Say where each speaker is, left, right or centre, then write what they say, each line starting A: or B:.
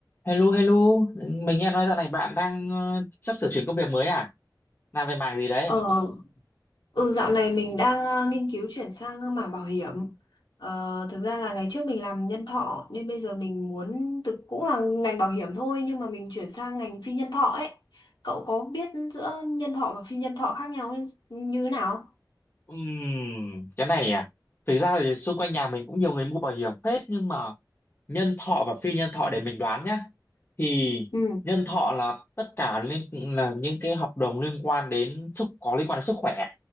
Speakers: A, on the left (about 30°); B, on the left (about 75°).
A: Hello, hello. Mình nghe nói dạo này bạn đang ờ, sắp sửa chuyển công việc mới à? Làm về mảng gì đấy?
B: Ờ, ừ, dạo này mình đang ờ, nghiên cứu chuyển sang mảng bảo hiểm. Ờ, thực ra là ngày trước mình làm nhân thọ nên bây giờ mình muốn thực cũng là ngành bảo hiểm thôi nhưng mà mình chuyển sang ngành phi nhân thọ ấy. Cậu có biết giữa nhân thọ và phi nhân thọ khác nhau như thế nào?
A: Ừm, cái này à thực ra thì xung quanh nhà mình cũng nhiều người mua bảo hiểm phết nhưng mà nhân thọ và phi nhân thọ để mình đoán nhá thì
B: ừ
A: nhân thọ là tất cả liên là những cái hợp đồng liên quan đến sức có liên quan đến sức khỏe